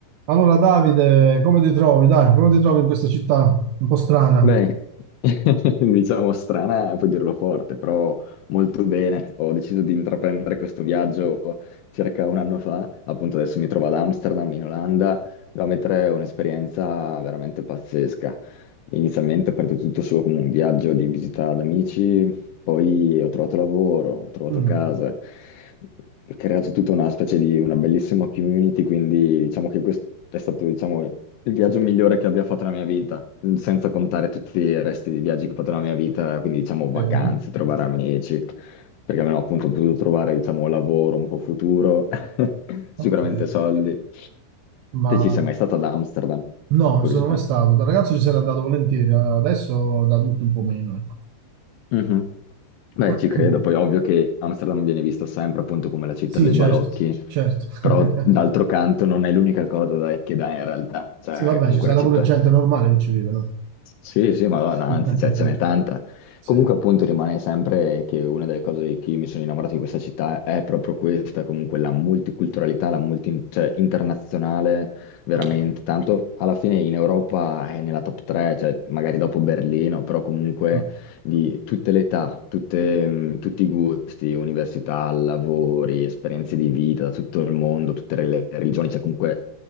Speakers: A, on the right; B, on the left.
A: Allora, Davide, come ti trovi? Dai, come ti trovi in questa città un po' strana?
B: Beh, <laughs> diciamo strana, puoi dirlo forte, però molto bene. Ho deciso di intraprendere questo viaggio circa un anno fa, appunto adesso mi trovo ad Amsterdam, in Olanda, da mettere un'esperienza veramente pazzesca. Inizialmente è partito tutto solo come un viaggio di visita ad amici, poi ho trovato lavoro, ho trovato
A: Mm,
B: casa, ho creato tutta una specie di una bellissima community, quindi diciamo che questo è stato, diciamo, il viaggio migliore che abbia fatto nella mia vita, senza contare tutti i resti di viaggi che ho fatto nella mia vita, quindi diciamo vacanze,
A: ok,
B: trovare amici, perché almeno appunto ho potuto trovare, diciamo, lavoro un po' futuro, <laughs> sicuramente
A: ok,
B: soldi.
A: ma
B: Te ci sei
A: no,
B: mai stata ad Amsterdam?
A: non
B: Curiosità.
A: ci sono mai stato. Da ragazzo ci sarei andato volentieri, adesso da adulto un po' meno, ecco.
B: Mhm. Beh,
A: <clears throat>
B: ci credo, poi ovvio che Amsterdam viene vista sempre appunto come la città
A: Sì,
B: dei
A: certo,
B: balocchi,
A: certo.
B: però
A: <laughs>
B: d'altro canto non è l'unica cosa dai, che dà in realtà, cioè
A: Sì, vabbè,
B: è comunque
A: ci sarà
B: una città
A: pure gente normale che ci vive, no?
B: sì, sì, ma guarda,
A: <laughs>
B: anzi, cioè, ce n'è tanta.
A: Sì,
B: Comunque, appunto, rimane sempre che una delle cose che io mi sono innamorato di questa città è proprio questa, comunque la multiculturalità, la multi, cioè, internazionale, veramente.
A: ok.
B: Tanto alla fine in Europa è nella top 3, cioè, magari dopo Berlino, però comunque
A: Mm,
B: di tutte le età, tutte, mh, tutti i gusti, università, lavori, esperienze di vita, da tutto il mondo, tutte le religioni, cioè comunque,